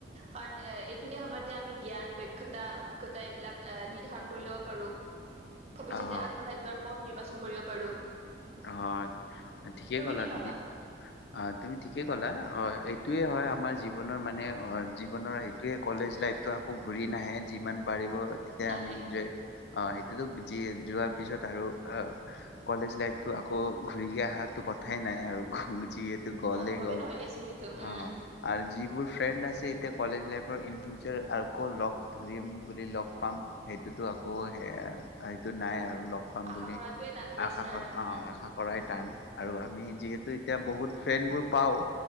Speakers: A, on the right; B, on the left.
A: কাৰণ এ এইখিনি সময়তে আমি জ্ঞান দক্ষতা অভিজ্ঞতা এইবিলাক এ নিৰ্ধাৰণ কৰি লব পাৰো ভৱিষ্যতে
B: অ
A: আগবঢ়াই যোৱাৰ পথ নিৰ্বাচন কৰিব পাৰো।
B: অ', ঠিকেই ক'লা
A: কি ভাবা
B: তুমি। অ', তুমি ঠিকে ক'লা অ', এইটোয়ে হয় আমাৰ জীৱনৰ মানে অ', জীৱনৰ ত কলেজ লাইফটো আকৌ ঘূৰি নাহে যিমান পাৰিব তেয়া
A: নাহে
B: আমি ইনজয় সেইটোতো যিয়া পিছত আৰু কলেজ লা তো আকৌ ঘূৰি আহাতো কথাই নাই আৰু যিয়ে গ'লেই
A: সম্ভৱে
B: গ'ল
A: নহয় দিয়াচোন সেইটো
B: অ'।
A: উম
B: আৰু যিবোৰ ফ্ৰেণ্ড আছে এতিয়া কলেজ লাইফৰ ইন ফিউচাৰ আকৌ ধৰিম বুলি লগ পাম সেইটোতো আকৌ সেয়া সেইটো নাই আৰু লগ পাম
A: আশা
B: বুলি
A: কৰাটোৱে টান দি
B: আশা
A: আচোন
B: কৰা
A: আৰু উম
B: অ আশা কৰাই টান আৰু আমি যিহেতু এতিয়া বহুত ফ্ৰেন বোৰ পাওঁ।